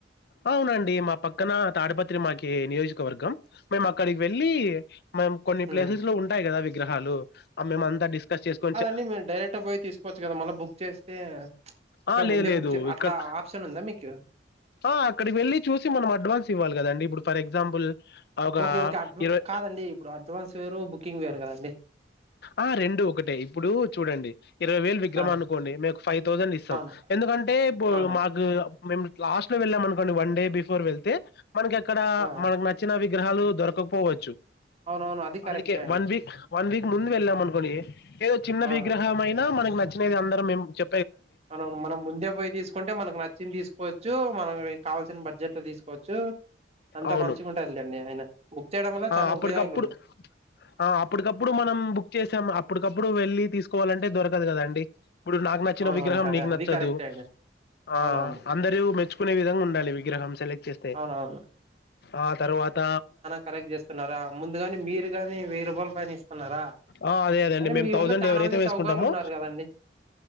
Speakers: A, on the left; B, on the right.
A: అవునండి మా పక్క పక్కన తాడపత్రి మాకి నియోజకవర్గం మేము అక్కడికి వెళ్ళి మేము కొన్ని
B: ఉమ్
A: ప్లేసెస్ లో ఉంటాయి కదా విగ్రహాలు ఆ మేము అంత డిస్కస్ చేసుకొని చే
B: డి మేము డైరెక్ట్ పోయి తీసుకోవచ్చు కదా మళ్ల బుక్ చేస్తే అంటే
A: ఆ! లేదు
B: ముందే
A: లేదు
B: బుక్ చే అట్లా
A: ఇక్కడ
B: ఆప్షన్ ఉందా మీకు
A: ఆ అక్కడి వెళ్లి చూసి మనం అడ్వాన్స్ ఇవ్వాలి కదండి ఇప్పుడు ఫర్ ఎగ్జాంపుల్ ఒక
B: ఓకే ఓకే అడ్వా
A: ఇరవై
B: కాదండి ఇప్పుడు అడ్వాన్స్ వేరు బుకింగ్ వేరు కదండి
A: ఆ రెండు ఒకటే ఇప్పుడు చూడండి ఇరవై వేలు విగ్రహం
B: ఆ
A: అనుకోండి మేము ఒక ఫైవ్ థౌజండ్ ఇస్తాం
B: అవును
A: ఎందుకంటే <unintelligible>
B: అవును
A: మాకు మేము లాస్ట్ లో వెళ్ళామనుకోండి వన్ డే బిఫోర్ వెళ్తే మనకి అక్కడ
B: ఆ
A: మనకు నచ్చినవి విగ్రహాలు దొరకకపోవచ్చు
B: అవునవును అది కరెక్టే
A: అందుకే
B: అండి
A: వన్ వీక్ వన్ వీక్ ముందు వెళ్ళామనుకోండి ఏదో చిన్న
B: ఆ
A: విగ్రహం అయినా మనకు నచ్చినది అందరం మేము చె
B: మనం మనం ముందే పోయి తీసుకుంటే మనకు నచ్చింది తీసుకోవచ్చు మనకి కావాల్సిన బడ్జెట్ ఇట్ తీసుకోవచ్చు అంత
A: అవును
B: పంచుకుంటా లేదండి ఆయన బుక్ చేయడం వల్ల
A: ఆ
B: చాలా
A: అప్పటికప్పుడు
B: ఉపయోగాలు ఉన్నాయి
A: ఆ అప్పటికప్పుడు మనం బుక్ చేసాం అప్పటికప్పుడు వెళ్ళి తీసుకోవాలంటే దొరకదు కదండి ఇప్పుడు నాకు నచ్చిన
B: అవునవును
A: విగ్రహం
B: కదా
A: నీకు నచ్చదు
B: అది కరెక్టే అండి
A: ఆ
B: అవునవును
A: అందర మెచ్చుకునే విధంగా ఉండాలి విగ్రహం సెలెక్ట్ చేస్త
B: అవునవును
A: ఆ తర్వాత
B: కరెక్ట్ చేస్తున్నారా ముందుగాని మీరుగాని వెయ్యి రూపాయల పైన ఇస్త న్నారా
A: ఆ అదే అదండి
B: రే
A: మేము
B: మీ
A: థౌజండ్
B: ఊర్లో చాలా
A: ఎవరైతే
B: మంది
A: వేసుకుంటామో
B: సౌకర్లు ఉన్నారు కదండి